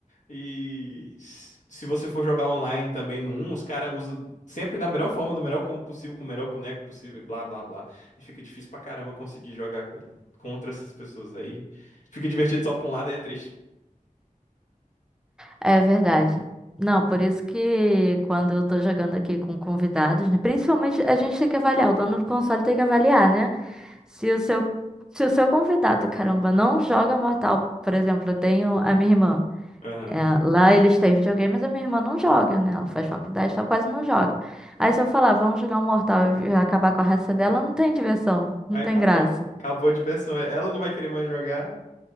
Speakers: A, on the left; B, in the centre.
A: E s- se você for jogar online também no um os caras usam sempre da melhor forma, do melhor combo possível, com o melhor boneco possível, e blá blá blá. E fica difícil pra caramba conseguir jogar co- contra essas pessoas aí. Fica divertido só pra um lado e é triste.
B: é verdade. Não, por isso que quando eu tô jogando aqui com convidados, né, principalmente a gente tem que avaliar, o dono do console tem que avaliar, né? Se o seu, se o seu convidado, caramba, não joga Mortal, por exemplo, eu tenho a minha irmã.
A: Aham.
B: É, lá eles têm videogame, mas a minha irmã não joga, né? Ela faz faculdade, só quase não joga. Aí se eu falar, vamos jogar um Mortal e acabar com a raça dela, não tem diversão, não
A: Aí
B: tem
A: acabou.
B: graça.
A: Acabou a diversão. É, Ela não vai querer mais jogar.